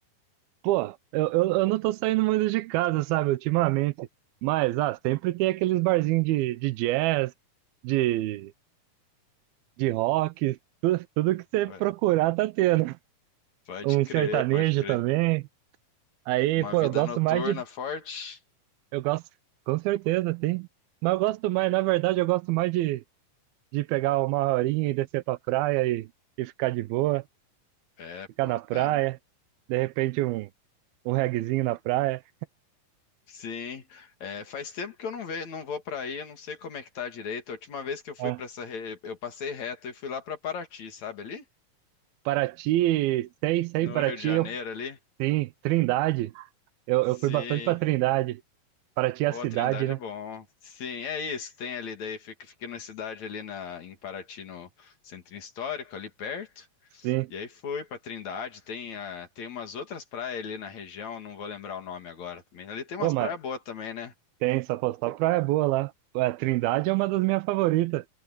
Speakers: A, on the right; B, on the left.
A: Pô, eu, eu, eu não tô saindo muito de casa, sabe, ultimamente. Mas, ah, sempre tem aqueles barzinhos de, de jazz, de, de rock, tudo, tudo que você
B: Pode
A: procurar tá tendo.
B: pode
A: um
B: crer,
A: sertanejo
B: pode crer.
A: também. Aí,
B: Uma
A: pô,
B: vida
A: eu gosto
B: noturna
A: mais de.
B: forte.
A: Eu gosto, com certeza, sim. Mas eu gosto mais, na verdade, eu gosto mais de, de pegar uma horinha e descer pra praia e, e ficar de boa,
B: É,
A: ficar
B: pô.
A: na praia.
B: é,
A: De repente, um, um reguezinho na praia.
B: Sim, É, faz tempo que eu não ve, não vou para aí, eu não sei como é que tá direito. A última vez que eu fui
A: É.
B: para essa, re- eu passei reto e fui lá para Paraty, sabe ali?
A: Paraty, sei, sei,
B: No
A: Paraty,
B: Rio de Janeiro
A: eu,
B: ali.
A: sim. Trindade, eu,
B: Sim,
A: eu fui bastante pra Trindade. Paraty é
B: ô,
A: a cidade,
B: a Trindade
A: né?
B: é bom. Sim, é isso, tem ali daí, fica- fiquei na cidade ali na, em Paraty, no Centro Histórico, ali perto.
A: Sim.
B: E aí fui para Trindade, tem, a, tem umas outras praias ali na região, não vou lembrar o nome agora também. Ali tem umas
A: Pô, mas
B: praias boas também, né?
A: Tem, só, pô, só praia boa lá. Pô, A Trindade é uma das minhas favoritas.